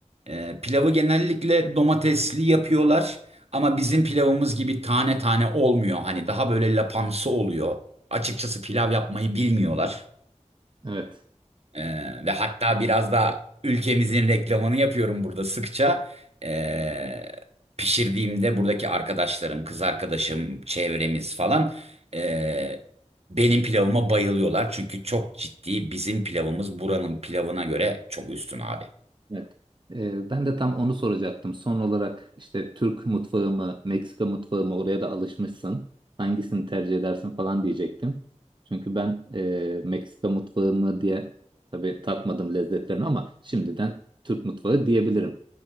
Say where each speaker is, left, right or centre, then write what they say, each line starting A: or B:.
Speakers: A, on the right (about 55°); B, on the right (about 40°).
A: Ee, pilavı genellikle domatesli yapıyorlar. Ama bizim pilavımız gibi tane tane olmuyor. Hani daha böyle lapamsı oluyor. Açıkçası pilav yapmayı bilmiyorlar.
B: Evet.
A: Ee, ve hatta biraz da ülkemizin reklamını yapıyorum burada sıkça. Ee, pişirdiğimde buradaki arkadaşlarım, kız arkadaşım, çevremiz falan ee, benim pilavıma bayılıyorlar. Çünkü çok ciddi bizim pilavımız buranın pilavına göre çok üstün abi.
B: Evet. E, ben de tam onu soracaktım. Son olarak işte Türk mutfağı mı, Meksika mutfağı mı? Oraya da alışmışsın. Hangisini tercih edersin falan diyecektim. Çünkü ben e, Meksika mutfağı mı diye tabii tatmadım lezzetlerini ama şimdiden Türk mutfağı diyebilirim.